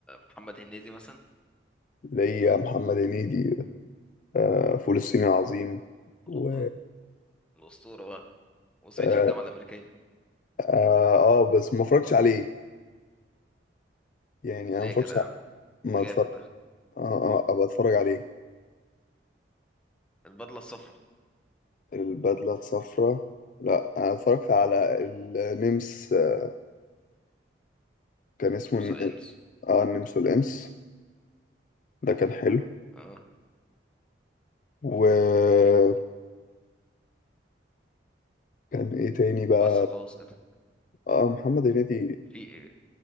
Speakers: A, in the centre; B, on the left.
A: محمد هنيدي مثلا
B: ليا محمد هنيدي آه، فول الصين العظيم و
A: ال- الاسطوره بقى وصعيدي
B: آه,
A: في الجامعه الامريكيه
B: آه, آه بس ما اتفرجتش عليه يعني
A: ليه
B: أنا ما اتفرجتش
A: كده يا
B: ع-
A: عم
B: ما
A: ده جامد
B: اتفرج
A: ده
B: آه, آه أبقى أتفرج عليه
A: البدله الصفراء
B: البدلة الصفراء لا أنا اتفرجت على النمس آه، كان اسمه
A: نمس
B: الن-
A: والانس
B: آه النمس والإمس ده كان حلو
A: اه
B: وكان إيه تاني بقى
A: بس وخلاص كده
B: اه محمد هنيدي
A: في